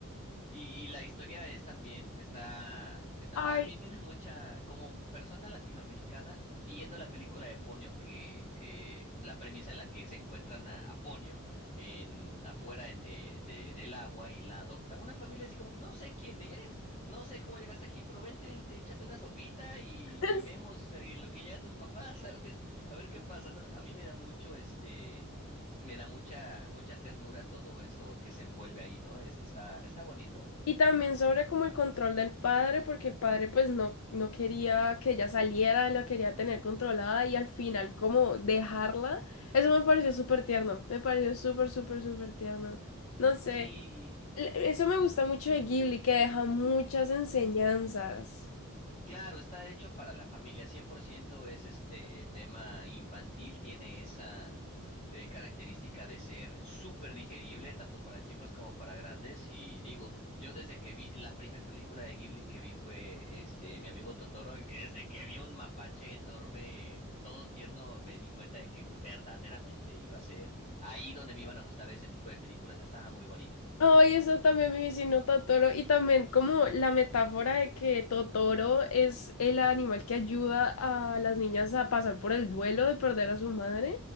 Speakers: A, on the left (about 30°); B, on the left (about 70°).
A: Y, y la historia es también, está, está,
B: Ay,
A: a mí me da mucha, como persona latinoamericana, viendo la película de Ponio, que eh, la premisa en la que se encuentran a, a Ponio en, afuera en, eh, de- del agua y la adopta una familia así como que no sé quién eres, no sé cómo llegaste aquí, pero vente, vente, échate una sopita y,
B: <laughs>
A: y vemos eh, lo que llegan tus papás, <laughs> a ver, a ver qué pasa, ¿no? A mí me da mucho este... Me da mucha, mucha ternura todo eso que se envuelve ahí, ¿no? Este está, está bonito.
B: Y también sobre como el control del padre, porque el padre pues no, no quería que ella saliera, la quería tener controlada y al final como dejarla, eso me pareció súper tierno, me pareció súper, súper, súper tierno. No sé,
A: Sí,
B: l- eso me gusta mucho de Ghibli, que deja muchas enseñanzas.
A: claro, está hecho para la familia, 100% es este tema infantil, tiene esa eh, característica de ser súper digerible, tanto para chicos como para grandes, y digo, yo desde que vi, la primera película de Ghibli que vi fue este, Mi amigo Totoro, y desde que vi un mapache enorme, todo tierno, me di cuenta de que verdaderamente iba a ser ahí donde me iban a gustar ese tipo de películas, estaba muy bonita.
B: Ay, eso también mi vecino Totoro. Y también como la metáfora de que Totoro es el animal que ayuda a las niñas a pasar por el duelo de perder a su madre.